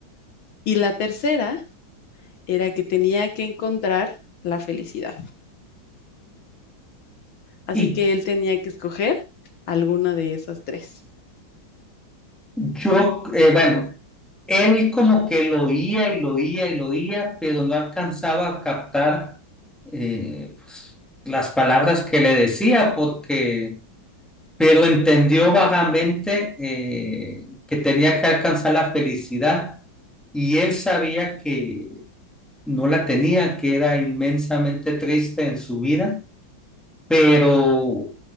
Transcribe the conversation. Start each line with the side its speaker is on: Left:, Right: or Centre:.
Left: Y la tercera era que tenía que encontrar la felicidad. Así
Centre: Y
Left: que él tenía que escoger alguna de esas tres.
Centre: yo, eh, bueno, Él como que lo oía y lo oía y lo oía, pero no alcanzaba a captar eh, pues, las palabras que le decía, porque, pero entendió vagamente eh, que tenía que alcanzar la felicidad y él sabía que no la tenía, que era inmensamente triste en su vida, pero